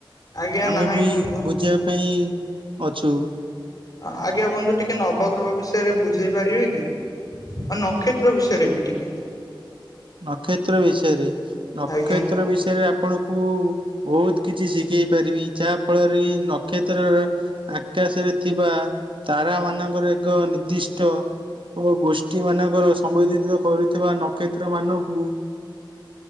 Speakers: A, on the left (about 45°); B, on the right (about 70°).
A: ଆଜ୍ଞା
B: ଆମେ
A: ନାହିଁ
B: ବି
A: ବନ୍ଧୁ।
B: ବୁଝିବା ପାଇଁ ଅଛୁ।
A: ହଁ ଆଜ୍ଞା ବନ୍ଧୁ ଟିକେ ନବଗ୍ରହ ବିଷୟରେ ବୁଝେଇ ପାରିବେ କି? ଆଉ ନକ୍ଷତ୍ର ବିଷୟରେ ବି ଟିକେ।
B: ନକ୍ଷତ୍ର ବିଷୟରେ ନକ୍ଷତ୍ର
A: ଆଜ୍ଞା
B: ବିଷୟରେ ଆ ଆପଣଙ୍କୁ ବହୁତ କିଛି ଶିଖେଇ ପାରିବି ଯାହା ଫଳରେ ନକ୍ଷତ୍ରର ଆକାଶରେ ଥିବା ତାରା ମାନଙ୍କର ଏକ ନିର୍ଦ୍ଦିଷ୍ଟ ଓ ଗୋଷ୍ଠୀ ମାନଙ୍କର ସମ୍ବୋଧିତ କରୁଥିବା ନକ୍ଷ ତ୍ର ମାନଙ୍କୁ